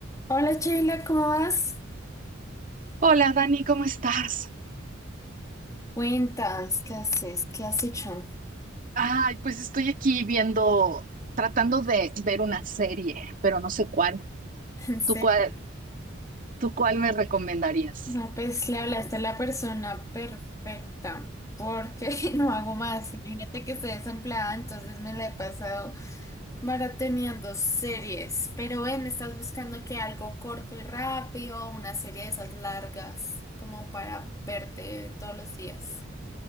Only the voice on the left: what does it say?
Hola Sheila, ¿cómo vas?
Cuentas, ¿qué haces? ¿Qué has hecho?
<laughs> En serio.
No, pues le hablaste a la persona perfecta, porque <laughs> no hago más. Imagínate que estoy desempleada, entonces me la he pasado maratoneando series. Pero ven, estás buscando que algo corto y rápido, una serie de esas largas, como para verte todos los días. <laughs>